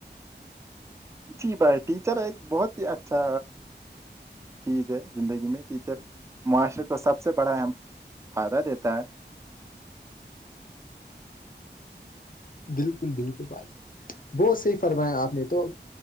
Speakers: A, on the right (about 15°); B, on the left (about 50°).
A: جی بھائی ٹیچر ایک بہت ہی اچھا چیز ہے زندگی میں ٹیچر معاشرے کو سب سے بڑا اہم فائدہ دیتا ہے
B: بالکل بالکل بھائی بہت صحیح فرمایا آپ نے تو